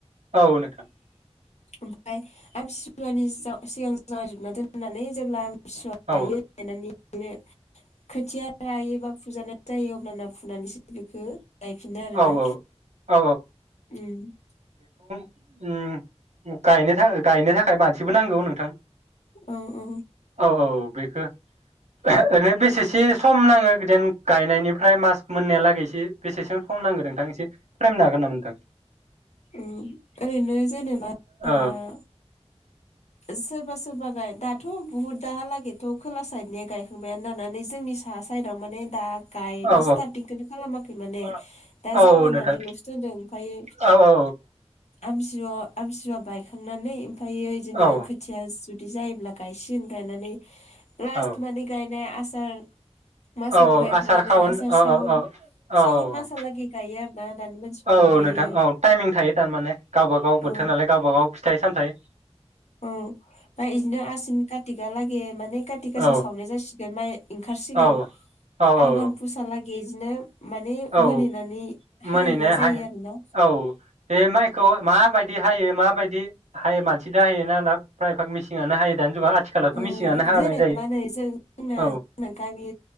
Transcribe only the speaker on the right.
औ नोंथां।
औ
औ
औ
उ गायनो गायनो थाखाय मानसिबो नांगौ नोंथां।
औ औ बेखौ ओरैनो बेसेसे सम नाङो बिदिनो गायनायनि फ्राय मास मोननायालागैसे बेसेसो सम नांगोन नोंथां एसे फोरमायनो हागोन नामा नोंथां?
औ।
औ
औ
औ
नोंथां
औ औ
औ
औ
औ औ
आसार सावन
औ
औ औ
औ
औ
नोंथां औ टाइमिं थायो थारमाने गावबा गाव
बोथोर नालाय गावबा गाव फिथाइ सामथाय
औ
औ औ
औ
औ
मोनहैनाय
औ बे माइखौ माबायदि हायो मा दि हायो मानसि जों हायोना दा फ्राय भाग मेसिनानो हायो दानि जुगाव आथिखालावथ'
मिसिनानो हानाय
जायो
औ